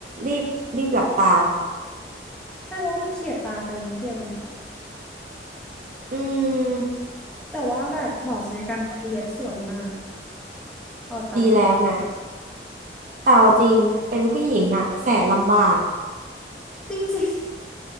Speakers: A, on the right (about 45°); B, in the centre.
A: รีบรีบหลับตา
B: ใช่เพราะว่ามันเฉียดตาไปนิดเดียวเองค่ะ
A: อืม
B: แต่ว่าแบบหมอศัลยกรรมคนนี้เย็บสวยมากพอใจ
A: ดีแล้วนะแต่เอาจริงเป็นผู้หญิงอะแสนลำบาก
B: จริงจริง